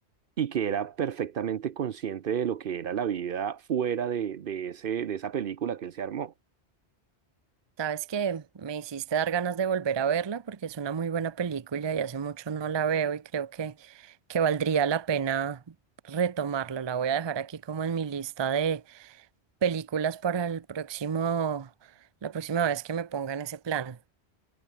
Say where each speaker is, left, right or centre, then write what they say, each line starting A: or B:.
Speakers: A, on the right (about 60°); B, on the right (about 30°).
A: y que era perfectamente consciente de lo que era la vida fuera de, de ese, de esa película que él se armó.
B: Sabes que me hiciste dar ganas de volver a verla porque es una muy buena película y hace mucho no la veo y creo que, que valdría la pena retomarla. La voy a dejar aquí como en mi lista de películas para el próximo, la próxima vez que me ponga en ese plan.